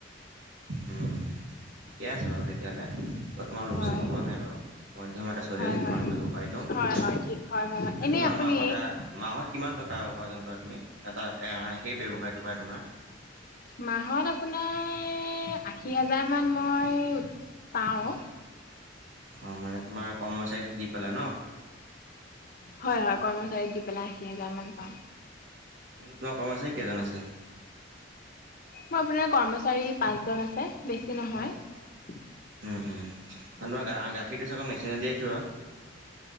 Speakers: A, on the right; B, on the left.
A: উম ঠিকে আছে বাৰু তেতিয়াহ'লে। তোমাৰ লোকচানো
B: হয়
A: হোৱা নাই বাৰু। মধ্যমতে চলি
B: হয়
A: আছে তোমাৰ
B: হয়
A: ব্যৱসায়টো।
B: হয় হয় ঠিক হয় হয় হয় এনেই
A: তোমাৰ
B: আপুনি
A: মাহত এ মাহত কিমান টকা উপাৰ্জন কৰা তুমি? এটা এ মানে সেই ব্যৱসায়টো পাই তোমাৰ,
B: মাহত আপোনাৰ আশী হাজাৰ মান মই পাওঁ।
A: অ মানে তোমাৰ কৰ্ম চাৰীক দি পেলাই ন?
B: হয় হয় কৰ্মচাৰীক দি পেলাই আশী হাজাৰ মান পাওঁ।
A: তোমাৰ কৰ্ম চাৰী কেইজন আছে?
B: মোৰ আপোনাৰ কৰ্মচাৰী পাঁচজন আছে বেছি নহয়।
A: উম উম গাখীৰটো চাগৈ মেচিনতে খীৰোৱা?